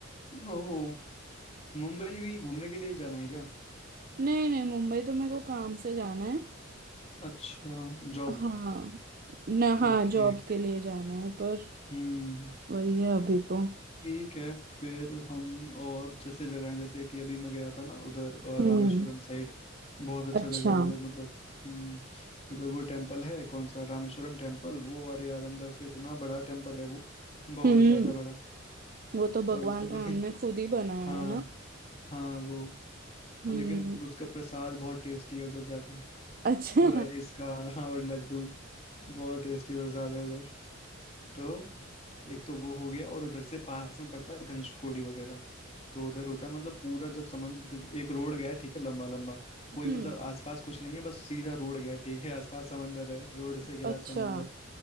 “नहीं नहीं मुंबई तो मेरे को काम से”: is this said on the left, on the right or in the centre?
Right